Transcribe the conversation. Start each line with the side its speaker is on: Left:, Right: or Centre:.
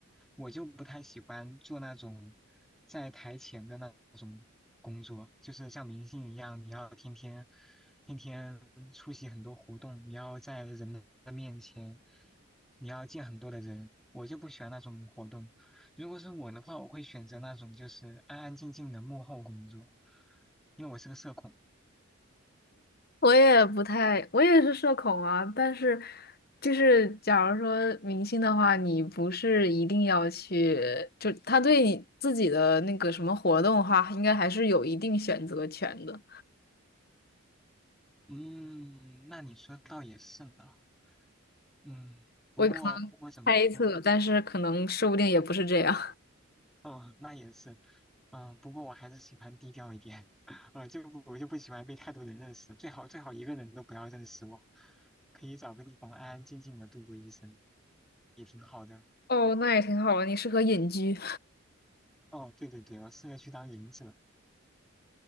Centre: 我就不太喜欢做那种在台前的那种工作，就是像明星一样，你要天天天天出席很多活动，你要在人的面前，你要见很多的人，我就不喜欢那种活动。如果是我的话，我会选择那种就是安安静静的幕后工作，因为我是个社恐。
Left: 我也不太，我也是社恐啊。但是，就是假如说明星的话，你不是一定要去，就他对你自己的那个什么活动的话，应该还是有一定选择权的。
Centre: 嗯，那你说倒也是呢。嗯，不过不过怎么说？
Left: 我可能猜测，但是可能说不定也不是这样。
Centre: 哦，那也是，嗯，不过我还是喜欢低调一点，<laughs> 呃，就不我就不喜欢被太多人认识，最好最好一个人都不要认识我，可以找个地方安安静静的度过一生，也挺好的。
Left: <laughs> 哦，那也挺好的，你适合隐居。
Centre: 哦，对对对，我适合去当隐者，